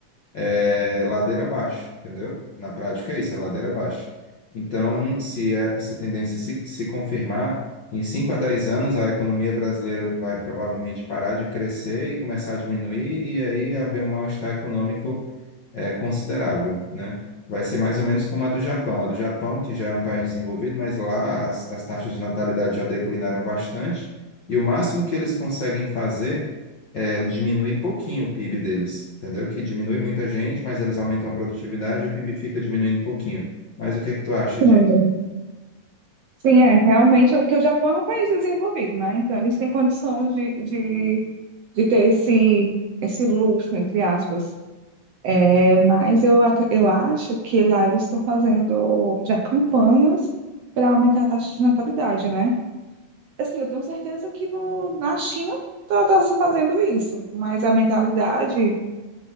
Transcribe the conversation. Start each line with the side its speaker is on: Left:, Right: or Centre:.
Left: é ladeira abaixo, entendeu? Na prática é isso, é ladeira abaixo. Então, se é, essa tendência se, se confirmar, em 5 a 10 anos a economia brasileira vai provavelmente parar de crescer e começar a diminuir, e aí haver um mal-estar econômico é, considerável, né? Vai ser mais ou menos como a do Japão. A do Japão, que já é um país desenvolvido, mas lá as, as taxas de natalidade já declinaram bastante, e o máximo que eles conseguem fazer é, diminui pouquinho o PIB deles, entendeu? Que diminui muita gente, mas eles aumentam a produtividade e o PIB fica diminuindo um pouquinho. Mas o que é que tu acha
Right: Sim,
Left: disso?
Right: Sim, é, realmente, o que o Japão é um país desenvolvido, né? Então, eles têm condição de, de, de ter esse, esse luxo, entre aspas. É, mas eu, ac- eu acho que lá eles estão fazendo já campanhas para aumentar a taxa de natalidade, né? assim, eu tenho certeza que no, na China tá, tá se fazendo isso, mas a mentalidade